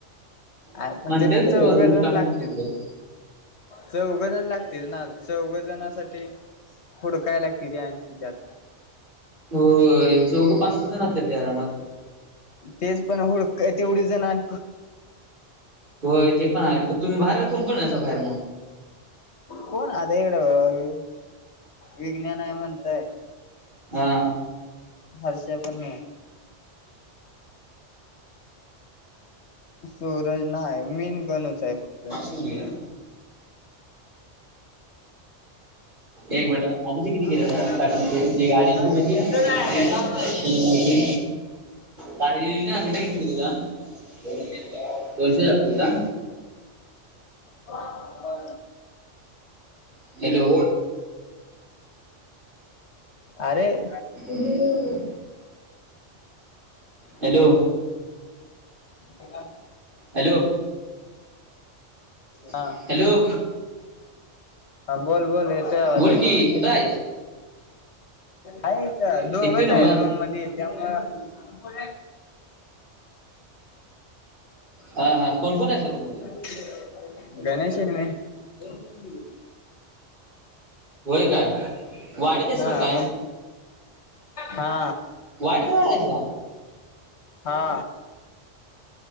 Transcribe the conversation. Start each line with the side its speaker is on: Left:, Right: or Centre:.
Left: पण
Right: म्हणताय
Left: तेथ
Right: तर
Left: चौघजण
Right: रूम रिकामा
Left: लागते
Right: आहेत तिकडं
Left: चौघ जण लागतील ना चौघ जणसाठी होड काय लागते ते त्यात
Right: हो चौघं पाच जणत
Left: हम्म
Right: ते आरामात
Left: तेच पण होळ तेवढी जण आण
Right: होय ते पण आहे प तुम्ही बाहेर कोणकण बाहेर मग
Left: कोण आता इकडे विज्ञान आहे म्हणतय
Right: हा.
Left: हर्ष बन सूरज ना मेन गणच आहे फक्त
Right: ला. एक मिनटा आधी ज
Left: आमच्या
Right: किती केलं जा
Left: पला
Right: काटचे जे गाडीची
Left: काय
Right: माहिती
Left: इथं
Right: आहे
Left: जायचं
Right: त माहिती कार ना किती केलेला द दोनशे आपलेला
Left: हो.
Right: हॅलो.
Left: अरे
Right: हे. हॅलो.
Left: काढ.
Right: हॅलो
Left: हा.
Right: हॅलो
Left: हा बोल बोल येतोय आवाज
Right: बोल
Left: ऐक.
Right: की कुठं आहेस
Left: आहेच दोघच
Right: येतोय नव्ह
Left: आहेत रूम मध्ये त्यामुळ
Right: हा हा कोण कोण आहे सर्व मध्ये
Left: हम्. गणेश यांनीी तर बली गली.
Right: होय काय वाढत आहेस
Left: हा
Right: का काय?
Left: मग हा
Right: वाढत राहायचा.
Left: हा.